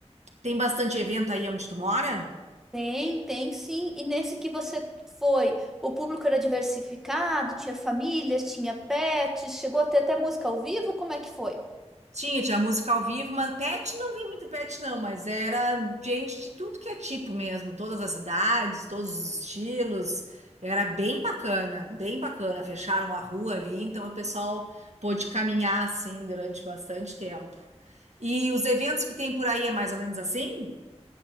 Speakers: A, on the right (about 80°); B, in the centre.
A: Tem bastante evento aí onde tu mora?
B: Tem, tem sim. E nesse que você foi, o público era diversificado, tinha famílias, tinha pets, chegou a ter até música ao vivo? Como é que foi?
A: Tinha, tinha música ao vivo, mas pet não vi muito pet, não, mas era gente de tudo que é tipo mesmo, todas as idades, todos os estilos. Era bem bacana, bem bacana. Fecharam a rua ali, então o pessoal pôde caminhar assim durante bastante tempo. E os eventos que tem por aí é mais ou menos assim?